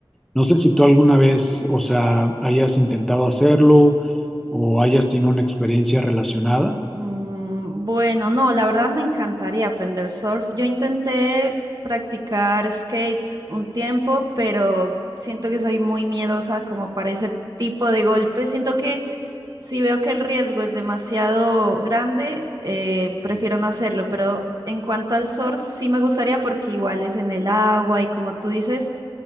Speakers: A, in the centre; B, on the right.
A: No sé si tú alguna vez, o sea, hayas intentado hacerlo o hayas tenido una experiencia relacionada.
B: Mm, bueno, no, la verdad me encantaría aprender surf. Yo intenté practicar skate un tiempo, pero siento que soy muy miedosa como para ese tipo de golpes. Siento que Si veo que el riesgo es demasiado grande, eh, prefiero no hacerlo, pero en cuanto al surf, sí me gustaría porque igual es en el agua y como tú dices,